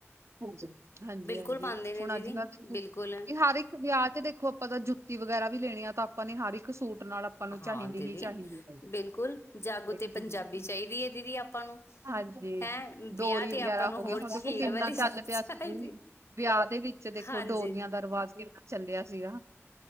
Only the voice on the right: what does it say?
ਹਾਂਜੀ। ਹਾਂਜੀ-
ਹਾਂਜੀ,
ਹੁਣ
ਅੱਜ- ਕੱਲ੍ਹ
ਵਿਆਹ ਚ ਦੇਖੋ ਆਪਾਂ ਤਾਂ ਜੁੱਤੀ ਵਗੈਰਾ ਵੀ ਲੈਣੀ ਆ, ਤਾਂ ਆਪਾਂ ਨੇ ਹਰ ਇੱਕ ਸੂਟ ਨਾਲ। ਆਪਾਂ ਨੂੰ
ਚਾਹੀਦੀ
ਹੀ ਚਾਹੀਦੀ
ਹੈ
ਹਾਂਜੀ,
ਡੋਰੀ
ਵਗੈਰਾ
ਹੋ
ਗਿਆ, ਹੁਣ
ਦੇਖੋ ਕਿੰਨਾ
ਚੱਲ
ਪਿਆ ਸੀ, ਵਿਆਹ ਦੇ ਵਿੱਚ ਦੇਖੋ
ਡੋਰੀਆਂ ਦਾ ਰਿਵਾਜ਼ ਕਿੰਨਾ ਚੱਲਿਆ ਸੀਗਾ।